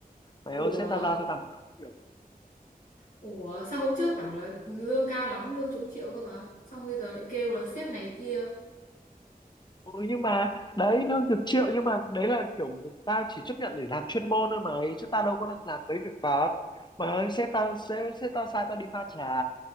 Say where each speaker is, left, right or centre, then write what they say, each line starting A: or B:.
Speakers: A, on the left; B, on the left.
A: mày ơi
B: Ủa,
A: sếp tao giao cho tao một đống việc
B: ủa sao hôm trước bảo là lương cao lắm, lương chục triệu cơ mà. Xong bây giờ lại kêu là sếp này kia.
A: ừ nhưng mà đấy lương chục triệu nhưng mà đấy là kiểu tao chỉ chấp nhận để làm chuyên môn thôi mày chứ tao đâu có làm mấy việc vặt mà ơi sếp tao sếp, sếp tao sai tao đi pha trà